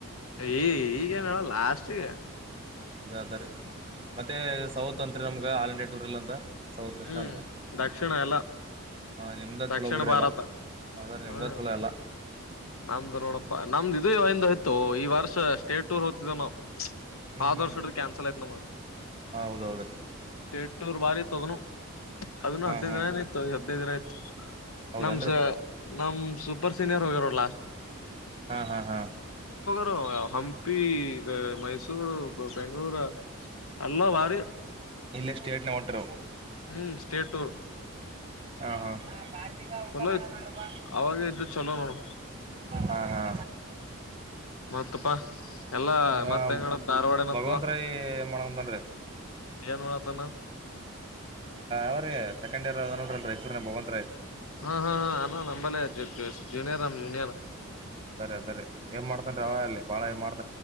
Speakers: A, on the left (about 75°); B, on the right (about 25°).
A: ಈ ಈಗೇ ಏನು ಲಾಸ್ಟ್ಗೆ
B: ಅದ್ ಅದ್ ರಿ ಮತ್ತೆ ಸೌತ್ ಒಂದ್ ನಮ್ಗೆ ಆಲ್ ಇಂಡಿಯಾ ಟೂರ್ ಇಲ್ಲ ಅಂತಾ ಸೌತ್ ಇರ್ತ
A: ಹ್ಮ್
B: ಅಂತಾ
A: ದಕ್ಷಿಣ ಎಲ್ಲ
B: ನಿಮ್ದ
A: ದಕ್ಷಿಣ
B: ಚಛಲೋ ಬಿಡ್ರಿ
A: ಭಾರತ.
B: ಅಲ್ಲ ಆದರೆ ನಿಮ್ದ
A: ಹ್ಮ್
B: ಚಛಲೋ ಎಲ್ಲಾ.
A: ನಮ್ದು ನೋಡಪ್ಪಾ ನಮ್ದು ಇದು ಒಂದ್ ಐತೊ ಈ ವರ್ಷ ಸ್ಟೇಟ್ ಟೂರ್ ಒತ್ತದ ಏನೋ ಆದು
B: ಹ್ಞೂ
A: ವರ್ಷಡ್ರ ಕ್ಯಾನ್ಸಲ್ ಆಗಯೋತ್ ನಮಗ್
B: ಹಾಂ ಹೌದೌದ್ರಿ
A: ಎಂಟನೂರು ರು ಬಾರಿ ತೊಗನು ಅದನ್ನು
B: ಹಾಂ
A: ಹದಿನೈ
B: ಹಾಂ
A: ದಿನನ ಇತ್ತುದು ಹದಿನೈ ದಿನ ಆಯತತ್ತು.
B: ಹೌದನ್ರಿ
A: ನಮ್ಸ ನಮ್ ಸುಪರ್ ಸೀನಿಯರ್ೋಗರ್ ಲಾಸ್ಟ
B: ಹಾ ಹಾ ಹಾ
A: ರ ಹಂಪಿ ಮೈಸೂರು ಬೆಂಗಗಳೂರು ಎಲ್ಲಾ ವಾರಿ
B: ಇಲ್ಲ ಸ್ಟೇಟ್ ನ ಹೊಟ್ಟರು
A: ಹ್ಮ್ ಸ್ಟೇಟ್ ಟೂರ್
B: ಹ ಹ ಹ ಕಾರ್ತಿಕ ಉಊಟ
A: ಚಲೋ
B: ಮಾನ
A: ಇತ್
B: ನೋಡ್ರಪ್ಪಾ
A: ಅವಾಗ ಇದ್ದು ಚಲೋ ನೋಡು
B: ಹಾ, ಹಾ
A: ಮತ್ತಪ್ಪಾ ಎಲ್ಲಾ
B: ನೀವು
A: ಮತ್ತೆ ಹೆಂಗ ಧಾರವಾಡ ನತ್ತದ.
B: ಭಗವಂತ ರಾಯ್ ಮಾಡ್ಕೊಂತಾನ್ರಿ
A: ಏನ್ ಮಾಡತನಾ.
B: ಅವ್ರೀ ಸೆಕಂಡ್ಯರ್ ಅದನಾ ನೋಡ್ರಿ ರಾಯಚೂರುದಗ ಭಗವಂತ ರಾಯ್.
A: ಹಾ, ಹಾ, ಹಾ ಆನಾ ನಂಬಲ್ಲಿ ಜುನಿಯರ್, ಆನಾ ಜುನಿಯರ್.
B: ಸರಿ, ಸರಿ ಏನ್ ಮಾಡ್ತನ್ರಿ ಅವ ಅಲ್ಲಿ ಬಾಳ ಮಾಡ್ತ